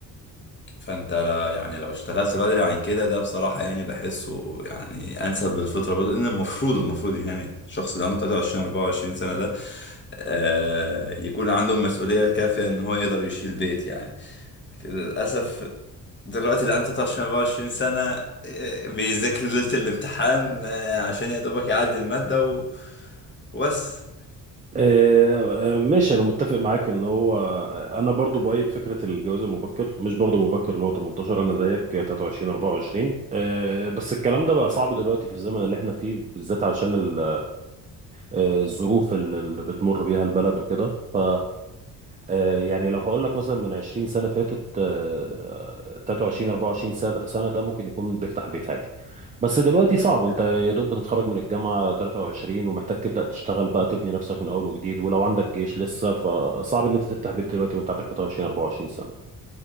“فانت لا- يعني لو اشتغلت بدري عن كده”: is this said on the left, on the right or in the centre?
Left